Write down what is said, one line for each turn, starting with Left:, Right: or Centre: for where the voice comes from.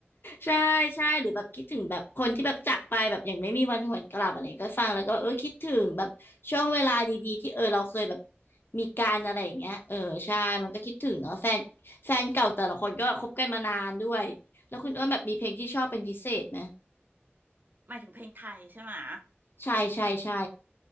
Left: ใช่ใช่หรือแบบคิดถึงแบบคนที่แบบจากไปแบบอย่างไม่มีวันหวนกลับอะไรอย่างเงี้ยก็ฟังแล้วก็แบบเออคิดถึงแบบช่วงเวลาดีๆที่เออเราเคยแบบมีการอะไรอย่างเงี้ยเออใช่มันก็คิดถึงเนาะแฟนแฟนเก่าแต่ละคนก็คบกันมานานด้วยแล้วคุณอ้วนแบบมีเพลงที่ชอบเป็นพิเศษไหม
Right: หมายถึงเพลงไทยใช่ไหมะ
Left: ใช่ใช่ใช่